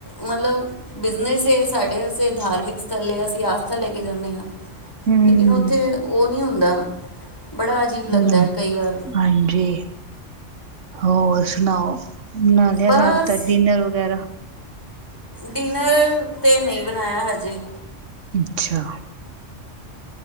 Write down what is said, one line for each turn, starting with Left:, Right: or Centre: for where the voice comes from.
Left: ਮਤਲਬ ਬਿਜ਼ਨਸ ਹੈ ਸਾਡੇ ਵਸੇ ਧਾਰਮਿਕ ਸਥਲ ਹੈ ਅਸੀਂ ਆਸਥਾ ਲੈ ਕੇ ਜਾਂਦੇ ਹਾਂ
Right: ਹਮ
Left: ਲੇਕਿਨ ਉੱਥੇ ਉਹ ਨਹੀਂ ਹੁੰਦਾ ਬੜਾ ਅਜੀਬ ਲੱਗਦਾ
Right: ਹਮ
Left: ਹੈ ਕਈ ਵਾਰ
Right: ਹਾਂਜੀ ਹੋਰ ਉਖਣਾਓ ਨਾਲ
Left: ਬਸ
Right: ਦਾਦਾ ਡਿਨਰ ਵਗੈਰਾ
Left: ਡਿਨਰ ਤੇ ਨਹੀਂ ਬਣਾਇਆ ਹਜੇ
Right: ਅੱਛਾ